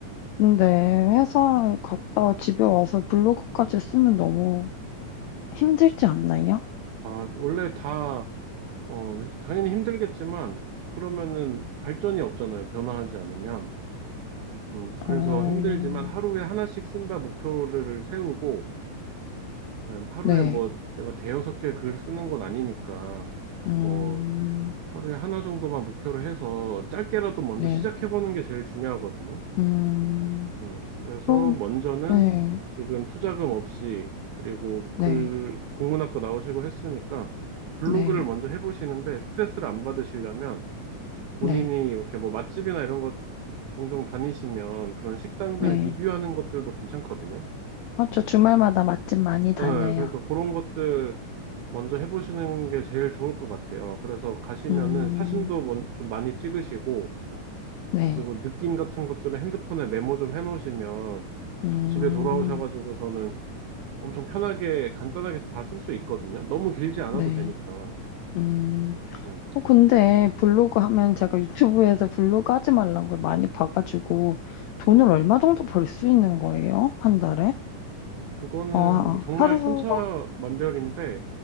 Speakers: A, on the left; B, on the right.
A: 근데 회사에 갔다 집에 와서 블로그까지 쓰면 너무 힘들지 않나요?
B: 아, 원래 다, 어, 당연히 힘들겠지만, 그러면은 발전이 없잖아요. 변화하지 않으면. 음, 그래서
A: 어,
B: 힘들지만 하루에 하나씩 쓴다 목표를 세우고, 음, 하루에
A: 네.
B: 뭐 내가 대여섯 개 글 쓰는 건 아니니까,
A: 음,
B: 뭐 하루에 하나 정도만 목표를 해서 짧게라도 먼저
A: 네.
B: 시작해보는 게 제일 중요하거든요.
A: 음,
B: 음, 그래서
A: 그럼,
B: 먼저는
A: 네.
B: 지금 투자금 없이 그리고
A: 네.
B: 글 국문학과 나오시고 했으니까 블로그를
A: 네.
B: 먼저 해보시는데 스트레스를 안 받으시려면 본인이
A: 네.
B: 이렇게 뭐 맛집이나 이런 것 종종 다니시면 그런 식당들
A: 네.
B: 리뷰하는 것들도 괜찮거든요.
A: 어, 저 주말마다 맛집 많이 다녀요.
B: 네, 그러니까 그런 것들 먼저 해보시는 게 제일 좋을 것 같아요. 그래서 가시면은
A: 음,
B: 사진도 먼- 좀 많이 찍으시고
A: 네.
B: 그리고 느낌 같은 것들은 핸드폰에 메모 좀 해놓으시면
A: 음,
B: 집에 돌아오셔가지고서는 엄청 편하게 간단하게 다 쓸 수 있거든요. 너무 길지 않아도
A: 네.
B: 되니까.
A: 음,
B: 음,
A: 어, 근데 블로그 하면 제가 유튜브에서 블로그 하지 말란 걸 많이 봐가지고 돈을
B: 음,
A: 얼마 정도 벌 수 있는 거예요? 한 달에?
B: 그거는
A: 어, 아,
B: 뭐 정말
A: 하루,
B: 천차만별인데,